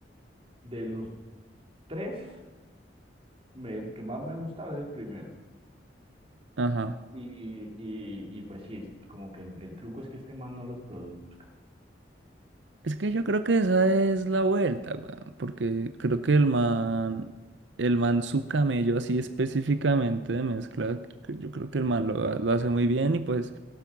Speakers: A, on the right (about 30°); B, on the right (about 80°).
A: De los tres, me- el que más me ha gustado es el primero.
B: Ajá.
A: Y, y, y pues sí, es como que el, el truco es que este man no los produzca.
B: Es que yo creo que esa es la vuelta, weón, porque creo que el man, el man su camello así específicamente de mezcla, que yo creo que el man lo, ha- lo hace muy bien y pues